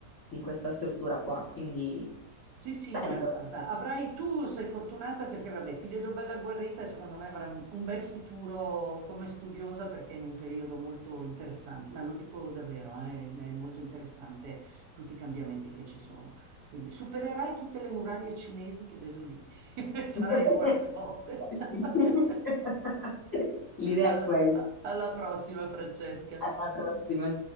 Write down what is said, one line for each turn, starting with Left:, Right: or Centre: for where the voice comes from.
Left: di questa struttura qua, quindi
Right: Sì, sì,
Left: bello.
Right: ma guarda, avrai tu sei fortunata perché vabbè, ti vedo bella agguerrita e secondo me avrai un bel futuro come studiosa perché è in un periodo molto interessante, ma lo dico davvero, eh, è molto interessante tutti i cambiamenti che ci sono. Quindi supererai tutte le muraglie cinesi che vedo lì, <laughs> farai
Left: <laughs>
Right: buone cose. <laughs>
Left: Sì. <laughs> L'idea
Right: alla
Left: è quella.
Right: alla prossima, Francesca.
Left: Alla prossima.